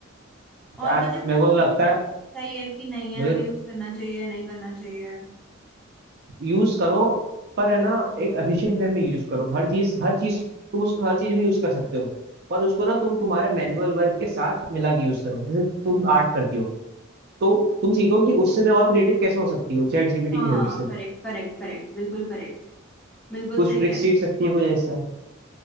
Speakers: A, in the centre; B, on the right.
A: और
B: यार
A: तुझे क्या
B: मेरे
A: लगता
B: को तो लगता
A: है
B: है
A: सही है कि नहीं है
B: मुझे
A: हमें यूज करना चाहिए या नहीं करना चाहिए
B: यूज करो पर है ना एक एफिशिएंट वे में यूज करो हर चीज हर चीज तुम उसको हर चीज में यूज कर सकते हो पर उसको ना तुम तुम्हारे मैनुअल वर्क के साथ मिला के यूज करो जैसे तुम आर्ट करती हो तो तुम सीखो कि उससे मैं और क्रिएटिव कैसे हो सकती हो चैट जीपीटी
A: हाँ
B: की हेल्प से
A: करेक्ट करेक्ट करेक्ट बिल्कुल करेक्ट बिल्कुल
B: कुछ
A: सही
B: ट्रिक्स
A: कह रहे
B: सीख सकती
A: हो
B: है कुछ ऐसा